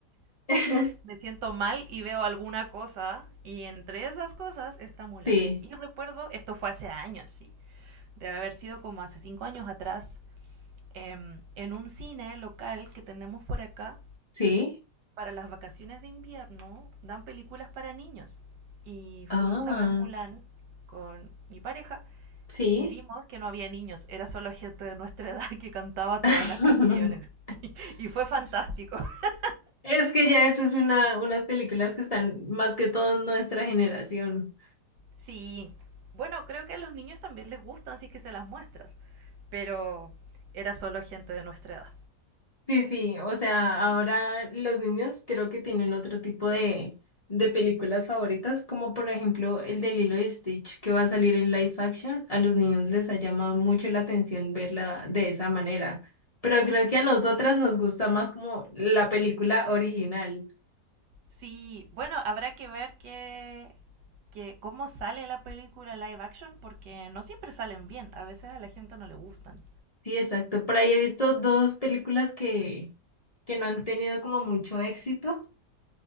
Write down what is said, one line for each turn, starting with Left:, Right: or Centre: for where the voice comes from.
Left: <laughs>
Right: Me siento mal y veo alguna cosa y entre esas cosas está Mulan.
Left: sí,
Right: Y recuerdo, esto fue hace años, sí. Debe haber sido como hace cinco años atrás. em, en un cine local que tenemos por acá,
Left: sí.
Right: Para las vacaciones de invierno dan películas para niños y
Left: Ah,
Right: fuimos a ver Mulan con mi pareja
Left: sí.
Right: y vimos que no había niños, era solo gente de nuestra <laughs> edad que cantaba todas
Left: <laughs>
Right: las canciones <laughs> y fue fantástico. <laughs>
Left: Es que ya estas es una, unas películas que están más que todo en nuestra generación.
Right: Sí, bueno, creo que a los niños también les gustan si es que se las muestras, pero era solo gente de nuestra edad.
Left: Sí, sí, o sea, ahora los niños creo que tienen otro tipo de, de películas favoritas, como por ejemplo el de Lilo y Stitch que va a salir en live action. A los niños les ha llamado mucho la atención verla de esa manera, pero creo que a nosotras nos gusta más como la película original.
Right: Sí, bueno, habrá que ver que, que cómo sale la película live action porque no siempre salen bien, a veces a la gente no le gustan.
Left: Sí, exacto. Por ahí he visto dos películas que, que no han tenido como mucho éxito,